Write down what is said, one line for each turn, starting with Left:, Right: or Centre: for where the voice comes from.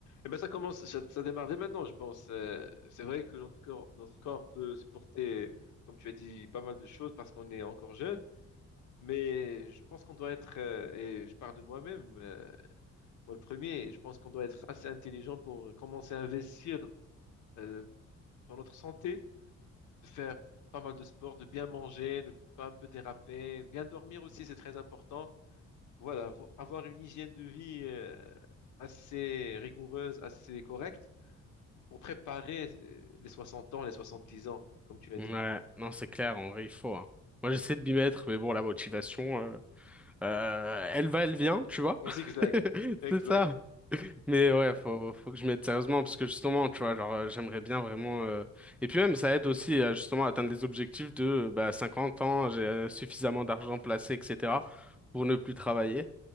Left: Eh ben ça commence, ça, ça démarre dès maintenant, je pense. Euh, c'est vrai que notre corps, notre corps peut supporter, comme tu as dit, pas mal de choses parce qu'on est encore jeune. Mais je pense qu'on doit être, euh, et je parle de moi-même, euh, moi le premier, je pense qu'on doit être assez intelligent pour commencer à investir euh, dans notre santé, de faire pas mal de sport, de bien manger, ne pas un peu déraper, bien dormir aussi, c'est très important. Voilà, vo- avoir une hygiène de vie euh, assez rigoureuse, assez correcte pour préparer euh, les 60 ans, les 70 ans, comme tu as
Centre: Ouais,
Left: dit.
Centre: non, c'est clair, en vrai, il faut, hein. Moi, j'essaie de m'y mettre, mais bon, la motivation. euh, Euh, elle va, elle vient, tu vois.
Left: On zigzag.
Centre: <laughs>
Left: Exact.
Centre: C'est ça. Mais ouais, faut, faut que je m'aide sérieusement parce que justement, tu vois, genre, euh, j'aimerais bien vraiment. euh, Et puis même, ça aide aussi à justement atteindre les objectifs de euh, bah, 50 ans, j'ai euh, suffisamment d'argent placé, etc. pour ne plus travailler.